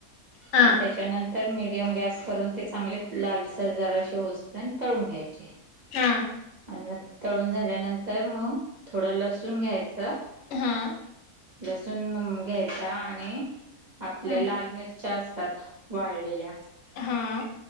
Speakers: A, on the left; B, on the right.
A: हा
B: आणि त्याच्यानंतर. तर मडियम गॅस करून ते चांगले लालसर जरा असे होत तळून घ्यायचे.
A: हम.
B: आणि मग ते तळून झाल्यानंतर मग थोडं लसून घ्यायचं.
A: हा हा
B: लसूण घ्यायचा आणि आपल्या
A: हा
B: लाल मिरच्या असतात. वाळलेल्या
A: हा